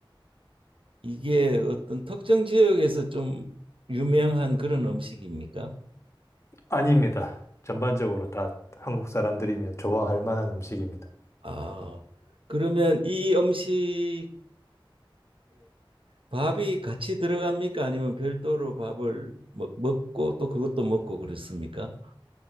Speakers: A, on the right; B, on the left.
A: 이게 어떤 특정 지역에서 좀 유명한 그런 음식입니까?
B: 아닙니다. 전반적으로 다 한국 사람들이면 좋아할 만한 음식입니다.
A: 아, 그러면 이 음식에 밥이 같이 들어갑니까? 아니면 별도로 밥을 먹, 먹고 또 그것도 먹고 그렇습니까?